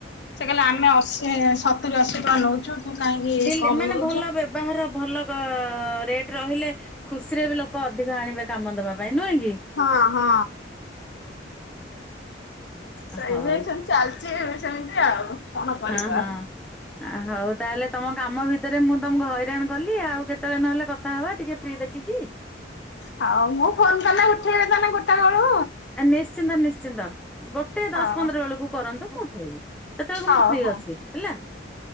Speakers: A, on the left (about 70°); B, in the centre.
A: ସେ କହିଲେ ଆମେ ଅଶୀ, ସତୁରି, ଅଶୀ ଟଙ୍କା ନୋଉଚୁ ତୁ କାହିଁକି
B: ଡେଲି
A: କମ୍
B: ମାନେ
A: ନୋଉ
B: ଭଲ ବ୍ୟବହାର ଭଲ ବ ରେଟ ରହିଲେ ଖୁସିରେ ବି ଲୋକ ଅଧିକ ଆଣିବେ କାମ ଦବା ପାଇଁ ନୁହେଁ କି?
A: ହଁ ହଁ ସେଇ
B: ଆ ହଉ।
A: ପାଇଁ ଚାଲିଛି ସେମିତି ଆଉ। କଣ କରିବା
B: ହଁ ହଁ ହଉ ତାହେଲେ ତମ କାମ ଭିତ ତରେ ମୁଁ ତମକୁ ହଇରାଣ କଲି ଆଉ କେତେବେଳେ ନହେଲେ କଥା ହବା ଟିକେ ଫ୍ରି ଦେଖିକି?
A: ହୋଉ ମୁଁ ଫୋନ କଲେ ଉଠେଇବେ ତାନେ ଗୋଟା ବେଳୁ
B: ନିଶ୍ଚିନ୍ତ ନିଶ୍ଚିନ୍ତ ଗୋଟେ
A: ହଉ
B: ଦଶ ପନ୍ଦର ବେଳକୁ କରନ୍ତୁ ମୁଁ ଉଠେଇବି। ସେତେବେଳକୁ
A: ହଉ
B: ମୁଁ ଫ୍ରି
A: ହଉ
B: ଅଛି ହେଲା